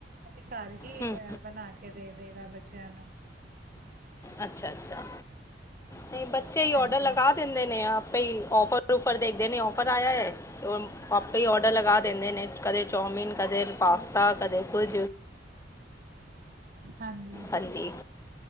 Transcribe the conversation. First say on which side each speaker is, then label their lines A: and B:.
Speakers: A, on the right; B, on the left.
A: ਅਸੀਂ ਘਰ ਹੀ
B: ਹੂੰ
A: ਅ ਬਣਾ ਗ ਕੇ ਦੇ ਦੇਗਾ ਬੱਚਿਆਂ ਨੂੰ
B: ਅੱਛਾ ਅੱਛਾ ਨਹੀਂ ਬੱਚੇ ਹੀ ਔਡਰ
A: ਹਾਂਜੀ
B: ਲਗਾ ਦਿੰਦੇ ਨੇ ਆਪੇ ਈ ਔਫਰ ਉਫਰ ਦੇੰਦੇ ਨੇ ਔਫਰ ਆਏਆ ਐ। ਆਪੇ ਈ ਔਡਰ ਲਗਾ ਦਿੰਦੇ ਨੇ ਕਦੇ ਚੌਮਿਨ ਕਦੇ ਪਾਸਤਾ ਕਦੇ ਕੁਝ
A: ਹਾਂਜੀ
B: ਹਾਂਜੀ।